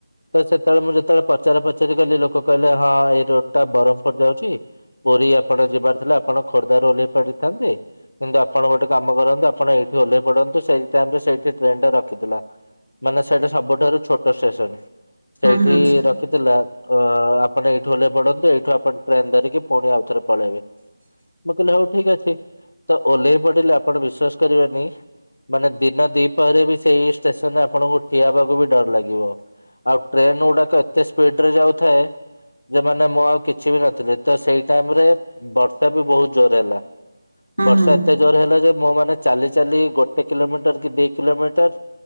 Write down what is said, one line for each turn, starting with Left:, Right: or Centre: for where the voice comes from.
Left: ତ ସେତେବେଳେ ମୁଁ ଯେତେବେଳେ ପଚରା ପଚରି କଲି, ଲୋକ କହିଲେ ହଁ ଏଇ ରୋଡ୍ଟା ବରହ୍ମପୁର୍ ଯାଉଚି। ପୁରୀ ଆପଣ ଯିବାର ଥିଲା, ଆପଣ ଖୋର୍ଦ୍ଧାରେ ଓହ୍ଲେଇ ପାଡିଥାନ୍ତେ। କିନ୍ତୁ ଆପଣ ଗୋଟେ କାମ କରନ୍ତୁ, ଆପଣ ଏଇଠି ଓହ୍ଲେଇ ପଡନ୍ତୁ। ସେଇ ଟାଇମିରେ ସେଇଠି ଟ୍ରେନ୍ ଟା ରଖିଥିଲା। ମାନେ ସେଇଟା ସବୁଠାରୁ ଛୋଟ ଷ୍ଟେସନ୍। ସେଇଠି
Right: ହୁଁ ହୁଁ ହୁଁ
Left: ରଖ୍ ରଖିଥିଲା ଅ ଆପଣ ଏଇଠୁ ଓହ୍ଲେଇ ପଡନ୍ତୁ ଏଇଠୁ ଆପଣ ଟ୍ରେନ୍ ଧରିକି ପୁଣି ଆଉଥରେ ପଳେଇବେ।
Right: ହ <inaudible>
Left: ମୁଁ କହିଲି ହଉ ଠିକ୍ ଅଛି। ତ ଓହ୍ଲେଇ ପଡିଲେ ଆପଣ ବିଶ୍ଵାସ କରିବେନି ମାନେ ଦିନ ଦିପହରେବି ସେଇ ଷ୍ଟେସନ୍ ରେ ଆପଣଙ୍କୁ ଠିଆ ହବାକୁ ବି ଡର ଲାଗିବ। ଆଉ ଟ୍ରେନ୍ ଗୁଡାକ ଏତେ ସ୍ପିଡ୍ରେ ଯାଉଥାଏ। ଯେ ମାନେ ମୁଁ ଆଉ କିଛି ବି ନଥିଲି, ତ ସେଇ ଟାଇମି ରେ ବର୍ଷା ବି ବହୁତ୍ ଜୋରରେ ହେଲା। ବର୍ଷା
Right: ହୁଁ ହୁଁ ହୁଁ
Left: ଏତେ ଜୋର୍ରେ ହେଲା ଯେ, ମୁଁ ମାନେ ଚାଲିଚ୍ ଚାଲି ଗୋଟେ କିଲୋମିଟର କି ଦି କିଲୋମିଟର